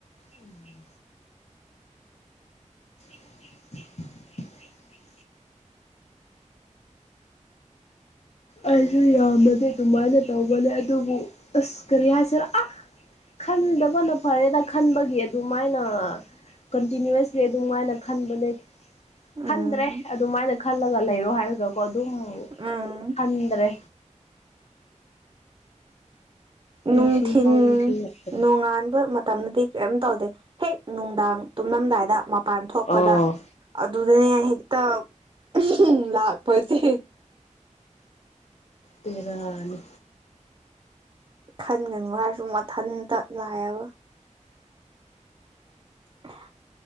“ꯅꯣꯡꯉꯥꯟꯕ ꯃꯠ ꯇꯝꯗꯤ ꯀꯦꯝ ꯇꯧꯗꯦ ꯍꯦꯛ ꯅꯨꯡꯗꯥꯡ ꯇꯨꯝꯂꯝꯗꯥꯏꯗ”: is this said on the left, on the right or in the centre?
Right